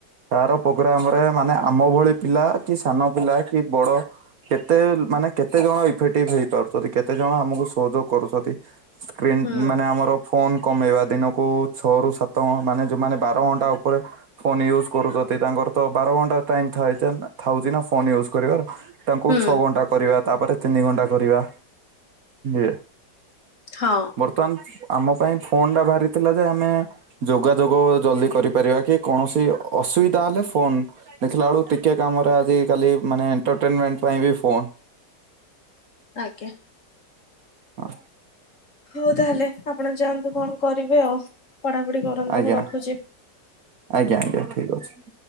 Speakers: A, on the right; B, on the left.
A: ତାର ପ୍ରୋଗ୍ରାମ ରେ ମାନେ ଆମ ଭଳି ପିଲା କି ସାନ ପିଲା କି ବଡ଼। କେତେ ମାନେ କେତେ ଜଣ ଇଫେକ୍ଟିଭ ହେଇପାରୁଛନ୍ତି କେତେ ଜଣ ଆମକୁ ସହଯୋଗ କରୁଛନ୍ତି। ସ୍କ୍ରିନ୍
B: ହୁଁ
A: ମାନେ ଆମର। ଫୋନ କମେଇବା ଦିନକୁ ଛଅ ରୁ ସାତ ମାନେ ଯୋଉମାନେ ବାର ଘଣ୍ଟା ଉପରେ। ଫୋନ୍ ୟୁଜ୍ କରୁଛନ୍ତି ତାଙ୍କର ତ ବାର ଘଣ୍ଟା ଟାଇମ ଥାଏ ଥାଉଛି ନା ଫୋନ୍ ୟୁଜ୍ କରିବାର ତା
B: ହୁଁ
A: ଛଅ ଘଣ୍ଟା କରିବା ତାପରେ ତିନି ଘଣ୍ଟା କରିବା ଏ
B: ହଁ।
A: ବର୍ତ୍ତମାନ ଆମ ପାଇଁ ଫୋନ୍ ଟା ବାହାରିଥିଲା ଯେ ଆମେ। ଯୋଗାଯୋଗ ଜଲଦି କରିପାରିବା କି କୌଣସି ଅସୁବିଧା ହେଲେ ଫୋନ୍। ଦେଖିଲା ଅଳୁ ଟିକେ କାମରେ ଆଜିିକାଲି ମାନେ ଏଣ୍ଟରଟେନମେଣ୍ଟ ପାଇଁ ବି ଫୋନ୍
B: ଆଜ୍ଞା।
A: ହ।
B: ହଉ ତାହଲେ ଆପଣ ଯାଆନ୍ତୁ କଣ କରିବେ ଆଉ ପଢ଼ାପଢ଼ି କରନ୍ତୁ
A: ଆଜ୍ଞା
B: ମୁଁ ରଖୁଚି।
A: ଆଜ୍ଞା ଆଜ୍ଞା ଠିକ୍ ଅଛି।